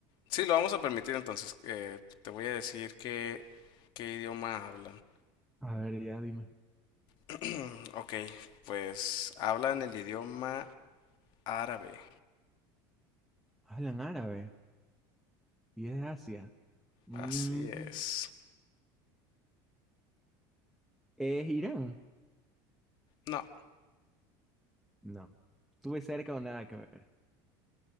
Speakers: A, on the left; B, in the centre.
A: Sí, lo vamos a permitir entonces. eh, te voy a decir que... ¿Qué idioma hablan?
B: a ver, ya dime.
A: <clears throat> Ok, pues hablan el idioma árabe.
B: Hablan árabe y es de Asia. Mm,
A: Así es.
B: ¿es Irán?
A: No,
B: No. Tuve cerca o nada que ver.